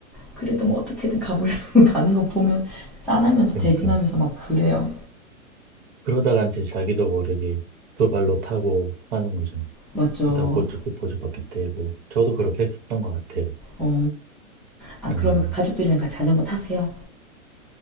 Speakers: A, in the centre; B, on the right.
A: 그래도 뭐 어떻게든 가보려고 <laughs> 가는 거 보면 짠하면서
B: 그니까요.
A: 대견하면서 막 그래요.
B: 그러다가 이제 자기도 모르게 두 발로 타고 하는 거죠.
A: 맞죠?
B: 그러다 보조기 보조바퀴 떼고. 저도 그렇게 했었던 것 같아요.
A: 어, 아
B: 음.
A: 그러면 가족들이랑 같이 자전거 타세요?